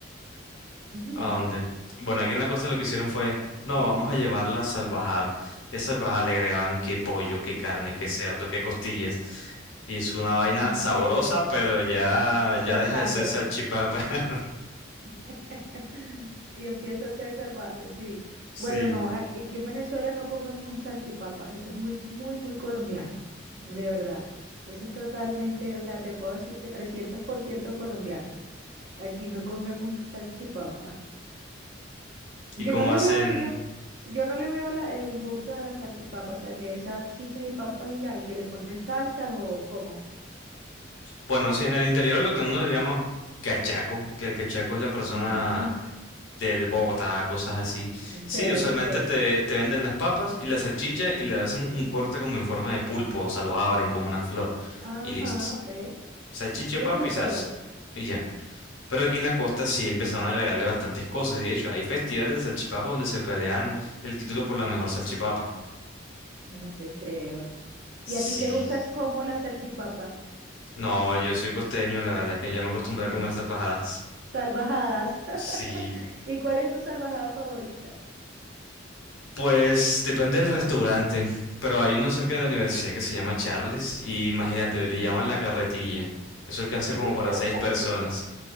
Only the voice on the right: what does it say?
Ujú,
En
serio,
salvaje.
<laughs> Y empieza a ser salvaje, sí.
Bueno, no, aquí, aquí en Venezuela no comemos salchipapas, eso es muy, muy, muy colombiano, de verdad. Eso es totalmente, o sea, te puedo decir que 300% colombiano. Aquí no comemos salchipapas.
Que
no le
veo, yo, no- yo no le veo la- el gusto a la salchipapa, o sea, que es salchichas y papas y ya, y que le ponen salsas o cómo.
<laughs>
Ok,
ok.
Ajá,
ok.
Y
eso es
todo.
No te creo.
¿Y a ti te gusta como la salchipapa?
<laughs>
Salvajadas. <laughs>
¿Y cuál es tu salvajada favorita?
Ujú.
<laughs>